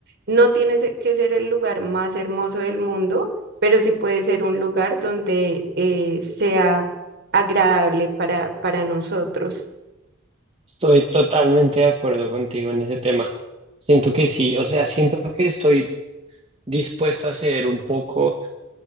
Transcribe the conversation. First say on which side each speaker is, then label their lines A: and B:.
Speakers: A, on the right; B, on the right.
A: no tiene se- que ser el lugar más hermoso del mundo, pero sí puede ser un lugar donde eh, sea agradable para, para nosotros.
B: Estoy totalmente de acuerdo contigo en ese tema. Siento que sí, o sea, siento que estoy dispuesto a ceder un poco